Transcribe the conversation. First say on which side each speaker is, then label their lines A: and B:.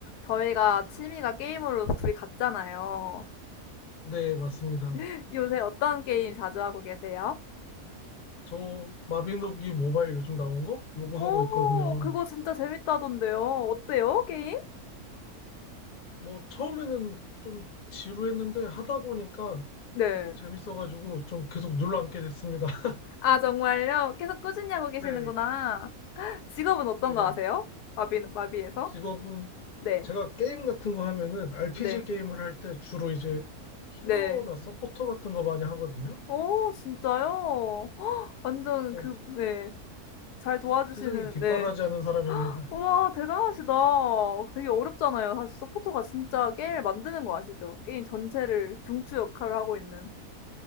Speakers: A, on the left; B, on the left.
A: 저희가 취미가 게임으로 둘이 같잖아요.
B: 네, 맞습니다.
A: <laughs> 요새 어떤 게임 자주 하고 계세요?
B: 저 마비노기 모바일 요즘 나온 거? 요거
A: 오,
B: 하고 있거든요.
A: 그거 진짜 재밌다던데요. 어때요, 게임?
B: 뭐 처음에는 좀 지루했는데 하다 보니까
A: 네.
B: 재밌어가지고 좀 계속 눌러앉게 됐습니다. <laughs>
A: 아, 정말요? 계속 꾸준히 하고 계시는구나.
B: 네,
A: 직업은 어떤
B: 네.
A: 거 아세요? 마비, 마비에서?
B: 직업은
A: 네.
B: 제가 게임 같은 거 하면은 RPG
A: 네.
B: 게임을 할 때 주로 이제 힐러나
A: 네.
B: 서포터 같은 거 많이 하거든요.
A: 오, 진짜요? 완전
B: 네, 약간
A: 그, 네. 잘 도와주시는,
B: 태생이 뒷바라지하는
A: 네.
B: 사람입니다.
A: 우와 대단하시다. 되게 어렵잖아요. 사실 서포터가 진짜 게임을 만드는 거 아시죠? 게임 전체를 중추 역할을 하고 있는.